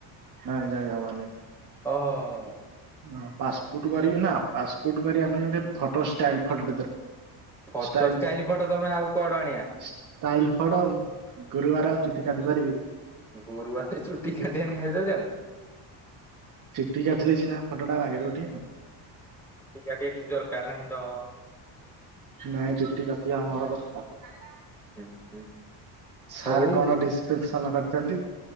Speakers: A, on the right; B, in the centre.
A: ନାଇଁ ଯାଇ ହବ ନାଇଁ।
B: ହଁ।
A: ହଁ ପାସପୁଟୁ କରିବି ନା ପାସପୁଟୁ କରିବା ପାଇଁ ଗୋଟେ photo style photo the
B: photo
A: style
B: style photo ତମେ ଆଉ କୁଆଡୁ ଆଣିବା?
A: ଷ୍ଟାଇଲ୍ ଫ ଗୁରୁବାର ଆଉ ଚୁଟି କାଟିିପାରିବି।
B: ଗୁରୁବାର ଚୁଟି କାଟିିବା ନିହାତି ଦରକାରେ।
A: ଚୁଟି କାଟିଲେ ସିନା ଫଟୋ ଟା ବାଗରେ ଉଠେଇବ।
B: ଚୁଟି କାଟିବା କିଛି ଦରକାର ନାହିଁ ତ।
A: ନାଇଁ ଚୁଟି କାଟିବା ଆମର ଦରକାରେ।
B: ହୁଁ ହୁଁ
A: ସାରେ
B: ହଉ।
A: କଣ ଡିସପେସନ୍ କରିଛନ୍ତି।